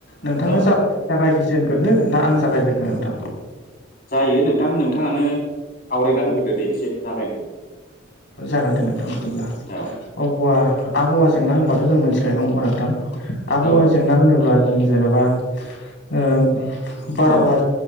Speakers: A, on the left (about 65°); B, on the left (about 50°).
A: नोंथाङा
B: औ
A: जा रायजोजेगोरनो ना आं जागायजेनो नोंथां
B: जायो नोंथां नोंथाङानो आवरायना होग्रोदो दे एसे जागायनानै
A: जागोन दे नोंथां बिदिब्ला
B: औ
A: अब्बा आबहावा जेंना होनबाथ' जों मिथिखायो नङा मा नोंथां आबहावा
B: औ नंगौ
A: जेंना
B: नोंथां
A: होनोब्ला जों जेनेबा ओ बारहावा
B: औ